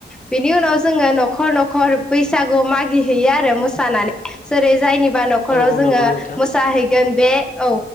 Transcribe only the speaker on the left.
औ औ
नंगौ नोंथां